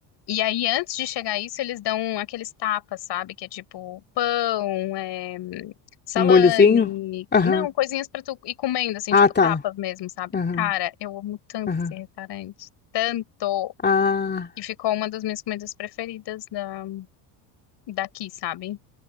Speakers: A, on the left (about 60°); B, on the left (about 20°).
A: E aí, antes de chegar isso, eles dão aqueles tapas, sabe? Que é tipo pão, é, salame,
B: Um molhozinho? Aham.
A: não, coisinhas pra tu ir comendo, assim,
B: Ah,
A: tipo
B: tá.
A: tapas mesmo, sabe?
B: Aham,
A: Cara, eu amo tanto
B: aham.
A: esse restaurante, tanto.
B: Ah.
A: E ficou uma das minhas comidas preferidas da, daqui, sabe?